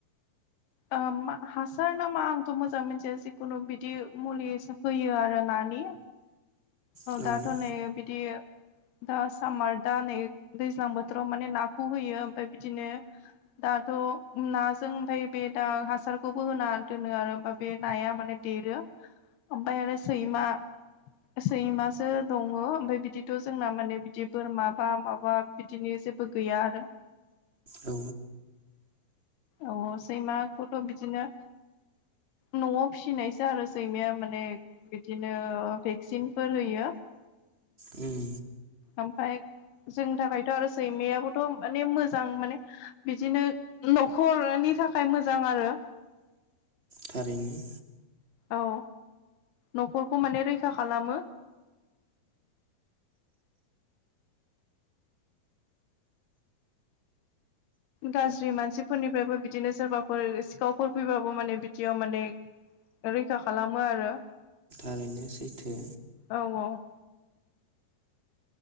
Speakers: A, on the left (about 85°); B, on the right (about 20°).
A: ओ हासार नामा आंथ' मोजां मोनथिया जिखुनु बिदि मुलि होयो आरो नानि। औ
B: थारैनो
A: दाथ' नै बिदि दा सामार दा नै दैज्लां बोथोराव माने नाखौ होयो ओमफ्राय बिदिनो दाथ' नाजों ओमफ्राय बे दा हासारखौबो होना दोनो आरो हबा बे नाया माने बि ओमफ्राय आरो सैमा सैमासो दङ ओमफ्राय बिदिथ' जोंना माने बिदि बोरमा बा माबा बिदिनो जे बो गैया आरो।
B: औ।
A: औ सैमाखौथ' बिदिनो न'आव फिसिनायसो आरो सैमाया माने बिदिनो भेक्सिनफोर होयो।
B: उम।
A: ओमफ्राय जोंनि थाखायथ' आरो सैमायाबोथ' माने मोजां माने बिदिनो न खर'नि थाखाय मोजां आरो।
B: थारैनो।
A: औ न'खरखौ माने रैखा खालामो। गाज्रि मानसिफोरनिफ्रायबो बिदिनो सोरबाफोर सिखावफोर फैबाबो माने बिदियाव माने रैखा खालामो आरो।
B: ओं सैथो।
A: औ औ।